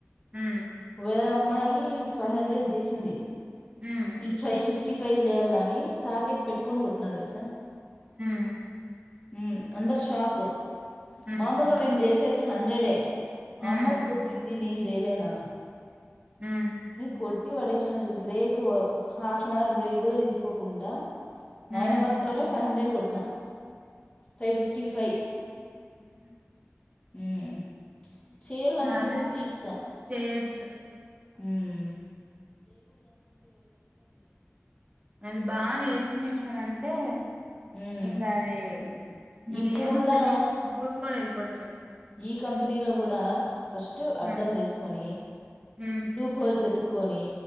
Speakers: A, on the right; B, on the left.
A: మ్మ్
B: వేరే అమ్మాయి ఫైవ్ హండ్రెడ్ జేసింది
A: ఉమ్
B: నేను ఫై ఫిఫ్ ఫిఫ్టీ ఫైవ్ చేయాల అని టార్గెట్ పెట్టుకోని కొట్టిన తెలుసా
A: హు
B: మ్ అందరు షాక్
A: ఉమ్
B: మామూలుగా మేం జేస్ ఇది హండ్రెడే
A: ఉమ్
B: అమ్మల్ చేసింది నేన్ చెయలేనా
A: మ్
B: నే కొట్టి వడేష్నా చూడు break half an hour break కూడా తీస్ కోకుండా నైన్
A: ఉమ్
B: అవర్స్ లో నే ఫైవ్ హండ్రడ్ కొట్ న ఫై ఫిఫ్ ఫిఫ్టీ ఫై
A: హు హ్మ్
B: మ్మ్ చేయాల అనుకుంటె
A: అదే
B: చేస్తా
A: చేయొచ్చు
B: మ్మ్మ్
A: అది బా నేర్చుకునేసినాం అన్ టే
B: ఉమ్
A: ఇంగా అది ఇంగ
B: ఇప్పుడు
A: ఏముంటది
B: కూడా
A: దూసుకొని వెళ్ళిపోత్ చ్చా
B: ఈ కంపెనీలో కూడా ఫస్ట్
A: హ్మ్
B: అర్థం చేసుకొని
A: హ్మ్
B: లూప్ హోల్స్ ఎతు కొనీ